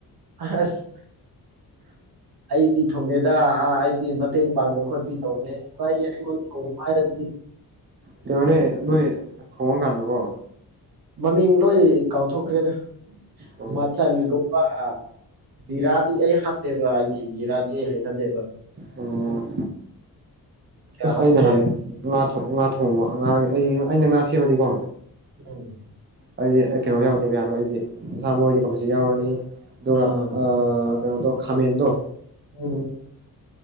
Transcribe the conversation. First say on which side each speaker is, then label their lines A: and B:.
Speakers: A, on the right (about 75°); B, on the right (about 30°).
A: ꯑꯁ ꯑꯩꯗꯤ ꯊꯣꯡꯗ‌ꯦꯗ ꯑꯩꯗꯤ ꯃꯇꯦꯡ ꯄꯥꯡꯕ ꯈꯣꯠꯄꯤ ꯇꯧꯕꯅꯦ ꯑꯩ ꯉ‌ꯣꯟꯗ ꯊꯣꯡꯉ‌ꯣ ꯍꯥꯏꯔꯗꯤ
B: ꯀꯩꯅ‌ꯣꯅ‌ꯦ
A: ꯎꯝ
B: ꯅꯣꯏ ꯊ‌ꯣꯡꯉꯀꯥꯟꯗꯀꯣ
A: ꯃꯃꯤꯡ ꯂꯣꯏ ꯀꯥꯎꯊꯣꯛꯈ꯭ꯔꯦꯗ
B: ꯑꯣ
A: ꯃꯆꯜꯒꯨꯝꯕ ꯖꯤꯔꯥꯗꯤ ꯑꯩ ꯍꯥꯞꯇꯦꯕ ꯑꯩꯒꯤ ꯖꯤꯔꯥꯗꯤ ꯍꯩꯅꯗꯦꯕ
B: ꯑꯣ
A: ꯀꯌꯥ
B: ꯑꯁ
A: ꯍꯥꯞꯇꯦ
B: ꯑꯩ ꯅꯍꯟ ꯉꯥ ꯊꯣꯡꯕ ꯑꯉꯥꯡ ꯑꯩ ꯑꯩꯅ ꯉꯥ ꯁꯦꯝꯃꯗꯤꯀꯣ
A: ꯎꯝ
B: ꯑꯩꯗꯤ ꯀꯩꯅꯣ ꯌꯥꯎꯗꯕ ꯌꯥꯔꯣꯏ ꯑꯩꯗꯤ ꯁꯥ ꯃꯔ‌ꯣꯏꯗꯤ ꯀꯝꯄꯜꯁꯔꯤ ꯌꯥꯎꯔꯅꯤ ꯎ ꯑꯗꯨꯒ
A: ꯑꯥ
B: ꯑ ꯀꯩꯅꯣꯗꯣ ꯈꯥꯃ‌ꯦꯟꯗꯣ
A: ꯎꯝ